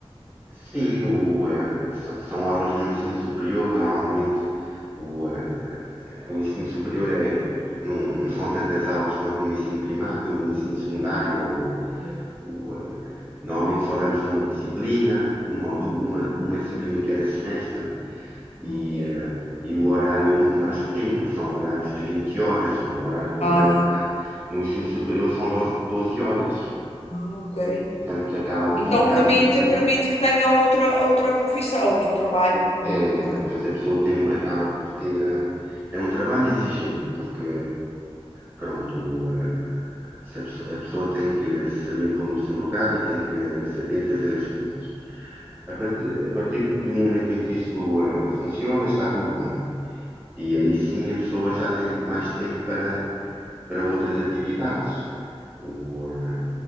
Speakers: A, on the right (about 20°); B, on the left (about 90°).
A: Sim, o, eh, são, são aulas no ensino superior, normalmente o, eh, o ensino superior é, não, não são tantas aulas quanto no ensino primário, no ensino secundário, ou,
B: Sim.
A: o, eh, normalmente só damos uma disciplina, uma, ou du- uma, uma disciplina em cada semestre, e,
B: Ok.
A: eh, e o horário é muito mais pequeno, não são horários de 20 horas, um horário completo
B: Ah,
A: na, no ensino superior são 12, 12 horas,
B: ah, ok.
A: portanto acaba por
B: Então
A: ficar
B: permite,
A: muito.
B: permite que tenha outra, outra profissão, outro trabalho. hum,
A: É,
B: Porque...
A: pois a pessoa tem, acaba por ter. eh, É um trabalho exigente, porque, pronto, eh, se a pessoa, a pessoa tem que saber pôr no seu lugar e tem que saber fazer as coisas. A partir, a partir do momento em que isso, eh, funciona, está tudo bem. E aí sim a pessoa já tem mais tempo para, para outras atividades. O, eh,